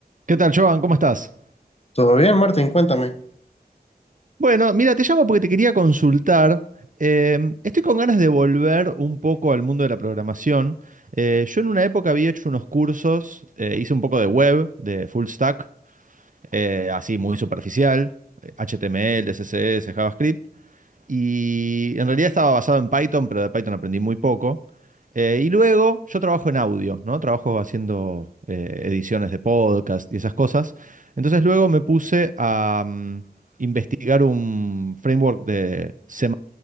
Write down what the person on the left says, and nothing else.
Todo bien, Martín, cuéntame.